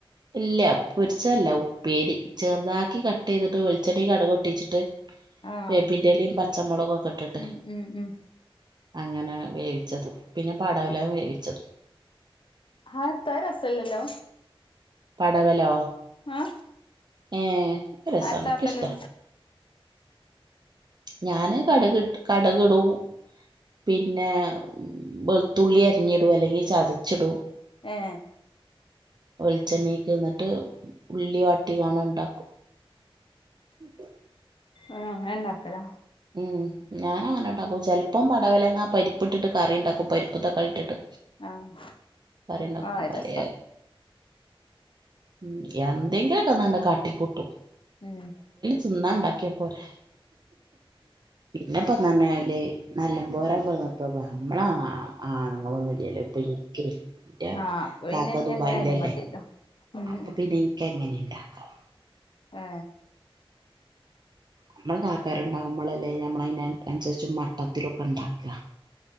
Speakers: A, on the right (about 45°); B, on the left (about 60°).
A: ഇല്ല പൊരിച്ചതല്ല ഉപ്പേരി ചെറുതാക്കി കട്ട് ചെയ്തിട്ട് വെളിച്ചെണ്ണയി കടുകൊട്ടിച്ചിട്ട്
B: ആഹ്
A: വേപ്പിന്റെലയും പച്ചമൊളകൊക്കെ ഇട്ട്
B: ഉം ഉം ഉം
A: അങ്ങനെ വേവിച്ചത് പിന്നെ പടവലം വേവിച്ചത്
B: അതെ ത്താ അത് രസല്ലല്ലോ
A: പടവലോ
B: ആ
A: ഏ രസാണ്
B: അ ത്താട്ടല്
A: എനിക്കിഷ്ടാ ഞാന് കട്ക്ട്ട് കട്ക് ഇടും പിന്നെ വെളുത്തുള്ളി അരിഞ്ഞിടും അല്ലെങ്കിൽ ചതച്ചിടും
B: ഏ
A: വെൾച്ചെണ്ണീക്ക് ന്നിട്ട് ഉള്ളി വാട്ടി ങ്ങാണ്ട് ണ്ടാക്കും അ
B: ആ അങ്ങനെ ണ്ടാക്കല
A: ഉം ഞാൻ അങ്ങനെ ഇണ്ടാക്കും ചെലപ്പം പടവലങ്ങ പരിപ്പ്ട്ട്ട്ട് കറി ണ്ടാക്കും പരിപ്പ് തക്കാളിട്ടിട്ട്
B: <inaudible>
A: കറിണ്ടാക്കും
B: ആഹ് അത്
A: പലേ
B: രസാ
A: ഉം എന്തെങ്കിലൊക്കെന്നണ്ട് കാട്ടിക്കൂട്ടും
B: ഉം
A: ന്ന ണ്ടാക്കിയപ്പോരെ പിന്നെപ്പെന്ന പറഞാല് നല്ലമ്പോലെ <unintelligible> ഇവടെ ആണുങ്ങളൊന്നുംല്ലല്ലോ ഇപ്പ ഇന്ക്ക് റ്റ
B: ആഹ് അപ്പൊ പിന്നെ
A: കാക്ക
B: ഇനി
A: ദുബായിലല്ലേ
B: എങ്ങനെ ആയാലും മതിയല്ലോ ഉം
A: അപ്പൊ പിന്നെ ഇന്ക്ക് എങ്ങനെണ്ടാക്കാ
B: ആ
A: നമ്മള കാക്കാരുണ്ടാവുമ്പളല്ലേ നമ്മള് അയ്നനുസരിച്ച് മട്ടത്തിലൊക്കെ ണ്ടാക്ക